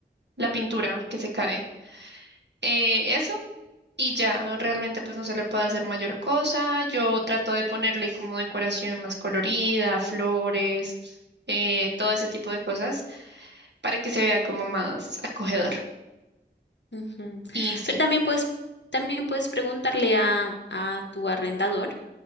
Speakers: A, on the right (about 70°); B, on the left (about 70°).
A: la pintura que se cae. Eh, eso, y ya, realmente pues no se le puede hacer mayor cosa. Yo trato de ponerle como decoración más colorida, flores, eh, todo ese tipo de cosas. para que se vea como más acogedor.
B: ujú.
A: Y sí.
B: Pero también puedes, también puedes preguntarle a, a tu arrendador